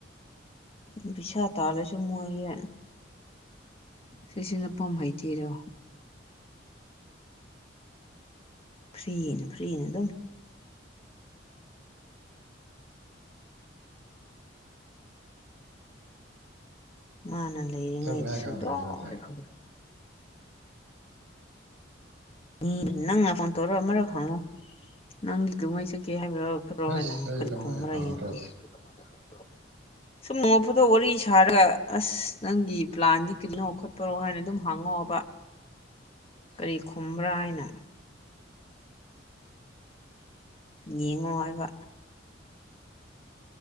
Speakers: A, on the left; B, on the right.
A: ꯄꯕꯤꯁꯥ ꯇꯥꯜꯂꯦꯁꯨ ꯃꯣꯏꯌꯦ ꯁꯤꯁꯤꯅ ꯄꯝ ꯍꯩꯇꯦꯔꯣ ꯐ꯭ꯔꯤꯅ ꯐ꯭ꯔꯤꯌꯦꯅ ꯑꯗꯨꯝ ꯃꯥꯅ ꯂꯩꯔꯤꯉꯩꯗꯨꯁꯨ
B: ꯆꯠꯅꯤꯡꯉꯥꯏ ꯈꯪꯗ꯭ꯔꯦ ꯃꯥꯁꯦ
A: ꯑꯗꯨꯝ ꯎ ꯅꯪ ꯉ ꯐꯣꯟ ꯇꯧꯔꯛ ꯃꯔꯣ ꯍꯪꯉꯣ ꯅꯪꯒꯤ ꯀꯉꯩ ꯆꯀꯦ ꯍꯥꯏꯕ꯭ꯔꯥ ꯈ꯭ꯔꯣ
B: ꯑꯁ
A: ꯍꯥꯏꯅ
B: ꯑꯩ
A: ꯀꯔꯤ
B: ꯀꯃꯥꯏꯅ
A: ꯈꯨꯝꯕ꯭ꯔꯥ
B: ꯍꯪꯗꯧꯕ
A: ꯌꯦꯡ <inaudible> ꯁꯨꯝ ꯃꯐꯨꯗꯣ ꯋꯥꯔꯤ ꯁꯥꯔꯒ ꯑꯁ ꯅꯪꯒꯤ ꯄ꯭ꯂꯥꯟꯗꯤ ꯀꯩꯅꯣ ꯈꯣꯠꯄꯔꯣ ꯍꯥꯏꯅ ꯑꯗꯨꯝ ꯍꯥꯡꯉꯛꯕ ꯀꯔꯤ ꯈꯨꯝꯕ꯭ꯔꯥ ꯍꯥꯏꯅ ꯌꯦꯡꯉꯣ ꯍꯥꯏꯕ